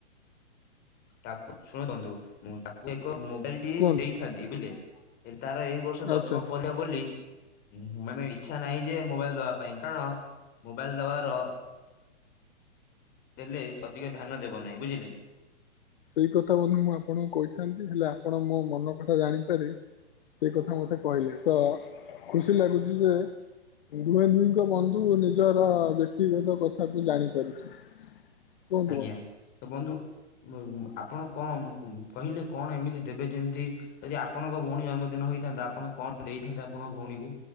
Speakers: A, on the left; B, on the left.
A: ତାକୁ ଶୁଣନ୍ତୁ ମୁଁ ତାକୁ ଏକ ମୋବାଇଲ ଟି
B: କୁହନ୍ତୁ
A: ଦେଇ ଥାନ୍ତି ବୁଝିଲେ? ହେ ତାର ଏଇ ବର୍ଷ ଦଶମ
B: ଆଚ୍ଛା
A: ପରିକ୍ଷା ବୋଲି ହୁ ମାନେ ଇଛା ନାହିଁ ଯେ, ମୋବାଇଲ ଦବା ପାଇଁ, କାରଣ ମୋବାଇଲ ଦବାର ଦେଲେ ସେ ଅଧିକ ଧ୍ୟାନ ଦେବ ନାହିଁ ବୁଝିଲେ?
B: ସେଇ କଥା ବନ୍ଧୁ ମୁଁ ଆପଣଙ୍କୁ କହିଥାନ୍ତି, ହେଲେ ଆପଣ ମୋ ମନ କଥା ଜାଣିପାରି ସେ କଥା ମତେ କହିଲେ, ତ ଖୁସି ଲାଗୁଛି ଯେ ଦୁହେଁ ଦୁହିଁଙ୍କ ବନ୍ଧୁ ନିଜର ବ୍ୟକ୍ତିଗତ କଥାକୁ ଜାଣିପାରୁଛି। କୁହନ୍ତୁ
A: ଆଜ୍ଞା
B: ବନ୍ଧୁ
A: ତ ବନ୍ଧୁ ଆପଣ କଣ କହିଲେ କଣ ଏମିତି ଦେବେ ଯେମିତି ଯଦି ଆପଣଙ୍କ ଭଉଣୀ ଜନ୍ମଦିନ ହେଇଥାନ୍ତା, ଆପଣ କଣ ଦେଇଥାନ୍ତେ ଆପଣଙ୍କ ଭଉଣୀକୁ,